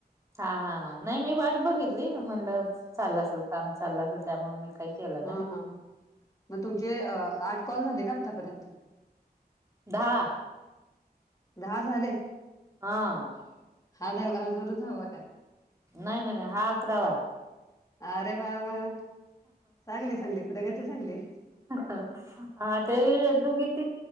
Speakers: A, on the right (about 20°); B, on the left (about 20°).
A: हा, हा, हा नाही मी वाट बघितली मी म्हणलं चाललं असंल काम, चाललं असंल त्यामुळे मी काही केलं नाही.
B: हा हा मग तुमचे आठ कॉल झाले का आत्तापर्यंत
A: दहा,
B: दहा झाले?
A: हा,
B: हा दा धरून दहावा का?
A: नाही, नाही हा आकरावा.
B: अरे वा- वा चांगली, चांगली प्रगती चांगलीये.
A: अं, हं हा ते दोघी- ती,